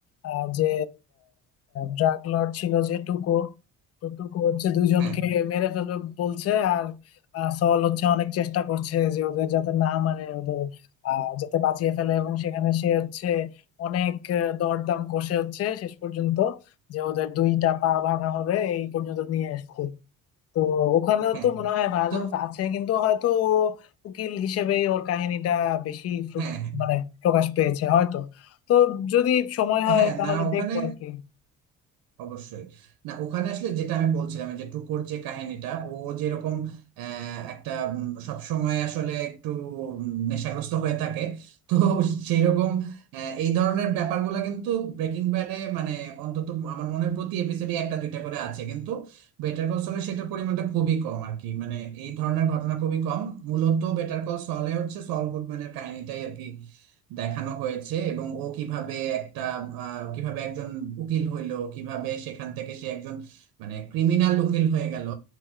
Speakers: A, on the left; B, on the right.
A: আহ, যে ড্রাগ লর্ড ছিল যে টুকো তো টুকো হচ্ছে দুইজনকে
B: হ্যাঁ
A: মেরে ফেলবে বলছে আর আহ, সল হচ্ছে অনেক চেষ্টা করছে যে ওদের যাতে না মারে ওদের আহ, যাতে বাঁচিয়ে ফেলে এবং সেখানে সে হচ্ছে অনেক আহ, দরদাম কষে হচ্ছে শেষ পর্যন্ত যে ওদের দুইটা পা ভাঙা হবে এই পর্যন্ত নিয়ে এসছে তো ওখানেও
B: হ্যাঁ
A: তো মনে হয় ভায়োলেন্স
B: তো
A: আছে কিন্তু হয়তো উকিল হিসেবেই ওর কাহিনীটা বেশি ফ্রু-
B: হ্যাঁ হ্যাঁ
A: মানে প্রকাশ পেয়েছে হয়তো তো যদি সময় হয়
B: হ্যাঁ,
A: তাহলে
B: না ওখানে
A: দেখবো আর কি
B: অবশ্যই না ওখানে আসলে যেটা আমি বলছিলাম এই যে টুকুর যে কাহিনীটা ও যেরকম আহ, একটা সব সময় আসলে একটু উম, নেশাগ্রস্ত হয়ে থাকে তো সেই রকম এই ধরনের ব্যাপারগুলো কিন্তু ব্রেকিং ব্যাডে মানে অন্তত আমার মনে হয় প্রতি এপিসোডে একটা দুইটা করে আছে কিন্তু বেটার কল সলে সেটার পরিমাণটা খুবই কম আর কি মানে এই ধরনের ঘটনা খুবই কম মূলত বেটার কল সলে হচ্ছে সল গুডম্যানের কাহিনীটাই আর কি দেখানো হয়েছে এবং ও কিভাবে একটা আহ, কিভাবে একজন উকিল হইলো কিভাবে সেখান থেকে সে একজন মানে ক্রিমিনাল উকিল হয়ে গেল